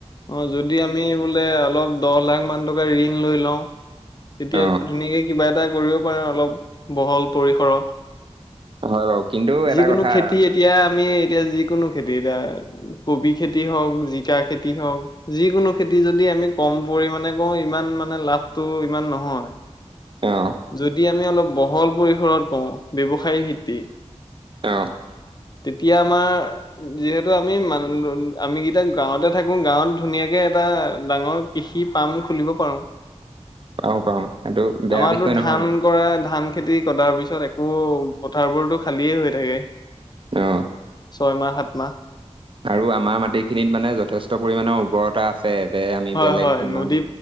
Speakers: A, on the left; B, on the right.
A: অ', যদি আমি বোলে অলপ দহ লাখ মান টকা ঋণ লৈ লওঁ। তেতিয়া
B: অ
A: ধুনীয়াকে কিবা এটা কৰিব পাৰে অলপ বহল পৰিসৰত
B: হয় বাৰু কিন্তু এটা
A: যিকোনো
B: কথা
A: খেতি এতিয়া আমি এতিয়া যিকোনো খেতি এতিয়া কবি খেতি হওক জিকা খেতি হওক যিকোনো খেতি যদি আমি কম পৰিমাণে কৰোঁ ইমান মানে লাভটো ইমান নহয়।
B: অ',
A: যদি আমি অলপ বহল পৰিসৰত পওঁ ব্যৱসায় ভিত্তিক
B: অ',
A: তেতিয়া আমাৰ যিহেতু আমি মান আমি কেইটা গাঁৱতে থাকো গাঁৱত ধুনীয়াকে এটা ডাঙৰ কৃষি পাৰ্ম খুলিব পাৰোঁ
B: পাৰোঁ পাৰোঁ সেইটো বেয়া
A: আমাৰতো
B: বিষয়
A: ধান
B: নহয়
A: কৰা ধান খেতি কতাৰ পিছত একো পথাৰবোৰতো খালিয়ে হৈ থাকে।
B: অ',
A: ছয়মাহ সাত মাহ
B: আৰু আমাৰ মাটিখিনিত মানে যথেষ্ট পৰিমাণৰ উৰ্বৰতা আছে যে আমি
A: হয়
B: বেলেগ
A: হয়
B: কিমান
A: নদী